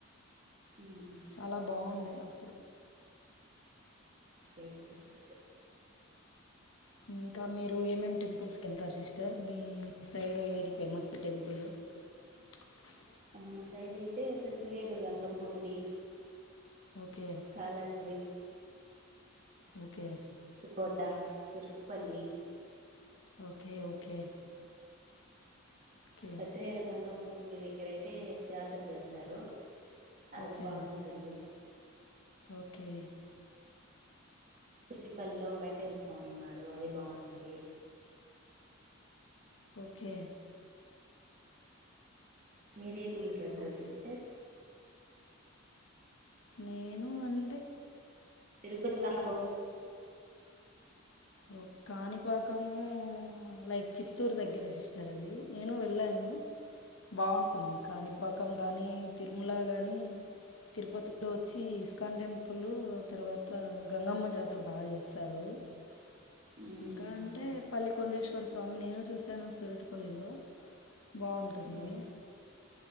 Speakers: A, on the right; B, on the left.
A: ఉమ్
B: చాలా బావుండే అప్
A: ఏం <unintelligible>
B: ఇంకా మీరు ఏం ఏం టెంపుల్స్ కేళ్తారు సిస్టర్ మీ సైడ్ ఏది ఫేమస్ టెంపులు టీచీక్
A: అమ్మా సైడ్ అయితే సత్ వేడు గంగమ్మ గుడి
B: ఓకే.
A: కాలాశ్రీ
B: ఓకే
A: కోట చురుక్ పల్లి
B: ఓకే ఓకే ఓకే.
A: సతిరేడు గంగమ్మ గుడి దెగ్గరయితే జాతర జేస్తారు అది
B: ఓకే.
A: బాగుంటుంది
B: ఓకే
A: త్రిటిపల్లో వెంకటేశ్వర స్వామి ఉన్నాడు అది బాగుంటుంది
B: ఓకే
A: మీరే గుళ్లకేళ్తారు
B: ఓహ్!
A: సిస్టర్
B: నేను అన్
A: కొద్ది సంతకం
B: ఒ కాణిపాకము లైక్ చిత్తూరు దెగ్గర సిస్టర్ అది నేను వెళ్ళాను బాగుంటుంది కాణిపాకం గానీ తిరుమల గానీ తిరుపతిలో వచ్చి ఇస్కాన్ టెంపులు తర్వాత గంగమ్మ జాతర బాగా జేస్తారు ఉ
A: ఉమ్
B: ఇంకా అంటే
A: ఓకే
B: పల్లి కొండేశ్వర స్వామి నేను చూశాను సురుట్టుపల్లిలో బావుంటుంది
A: ఉమ్